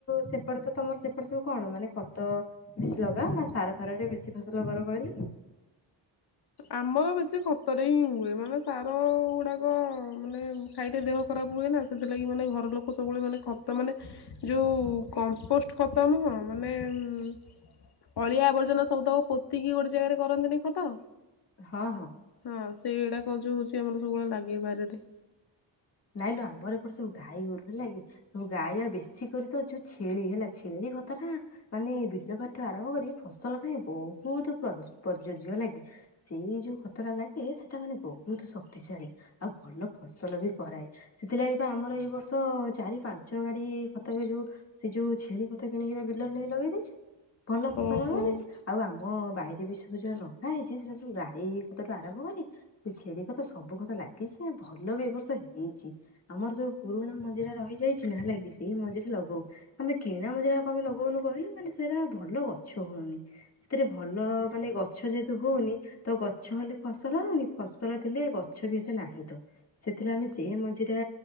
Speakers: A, on the left; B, on the left.
A: ସେପଟେ ତ ତମର ସେପଟେ ସବୁ କଣ ମାନେ ଖତ ବେଶୀ ଲଗାଅ ନା ସାର ଫାରରେ ବେଶୀ ଫସଲ କର କହିଲୁ।
B: ଆମର ବେଶୀ ଖତରେ ହିଁ ହୁଏ ମାନେ ସାର ଗୁଡାକ ମାନେ ଉଁ ଖାଇତେ ଦେହ ଖରାପ ହୁଏ ନା ସେଥିଲାଗି ମାନେ ଘର ଲୋକ ସବୁବେଳେ ମାନେ ଖତ ମାନେ ଯୋଉ କମ୍ପୋଷ୍ଟ ଖତ ନୁହଁ ମାନେ ଉଁ ଅଳିଆ ଆବର୍ଜନା ସବୁତକ ପୋତିକି ଗୋଟେ ଜାଗାରେ କରନ୍ତିନି ଖତ।
A: ହଁ ହଁ।
B: ହଁ ସେଇଗୁଡାକ ଯୋଉ ହଉଛି ଆମର ସବୁବେଳେ ଲାଗେ ବାରିରେ।
A: ନାଇଁ ଲୋ ଆମର ଏପଟେ ସବୁ ଗାଈ ଗୋରୁ ହେଲା କି ସବୁ ଗାଈ ଆଉ ବେଶୀ କରି ତ ଯୋଉ ଛେଳି ହେଲା ଛେଳି ଘ ତଟା ମାନେ ବିଲ ପାଠ ଆରମ୍ଭ କରି ଫସଲ ପାଇଁ ବହୁତ <unintelligible> ପ୍ରଯଜ ଲାଗେ। ସେଇ ଯୋଉ ଖତଟା ଲାଗେ ସେଟା ମାନେ ବହୁତ ଶକ୍ତିଶାଳୀ ଆଉ ଭଲ ଫସଲ ବି କରାଏ ସେଥିଲାଗି ବା ଆମର ଏଇ ବର୍ଷ ଚାରି ପାଞ୍ଚ ଗାଡି ଖତ ଯୋଉ ସେ ଯୋଉ ଛେଳି ପଥ କିଣିକି ବା ବିଲରେ ନେଇକି ଲଗେଇ ଦେଇେଇଛୁ ଭଲ ଫସଲ
B: ଓହୋ।
A: ହବ ବୋଲି। ଆଉ ଆମ ବାଇରେ ବି ସବୁ ଯୋଉ ଲଗା ହେଇଛି ସେଟା ସବୁ ଗାଈ ଖତଠୁ ଆରମ୍ଭ କରି ସେ ଛେଳି ଖତ ସବୁ ଖତ ଲାଗିଛି ଭଲ ବି ଏବ ବର୍ଷ ହେଇଛି ଆମର ସବୁ ପୁରୁଣା ମଞ୍ଜିରେ ରହିଯାଇଛି ନା ହେଲାଗି ସେଇ ମଞ୍ଜିରେ ଲଗଉ। ଆମେ କିଣା ମଞ୍ଜି ଯୋ କଣ ପାଇଁ ଲଗଉନୁ କହିଲେ ମାନେ ସେଇଟା ଭଲ ଗଛ ହଉନି। ସେଥିରେ ଭଲ ମାନେ ଗଛ ଯେହେତୁ ହଉନି। ତ ଗଛ ହେଲେ ଫସଲ ହଉନି ଫସଲ ଥିଲେ ଗଛ ବି ଏତେ ନାହିଁ ତ ସେଥିଲେ ଆମେ ଏ ମଞ୍ଜିଟା